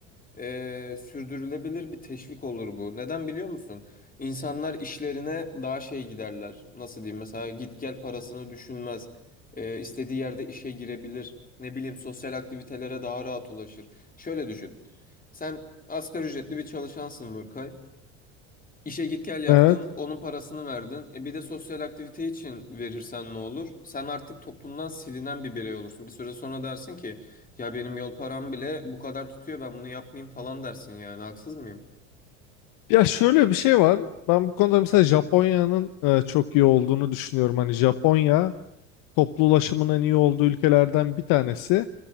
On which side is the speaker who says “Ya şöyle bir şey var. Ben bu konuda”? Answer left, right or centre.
Left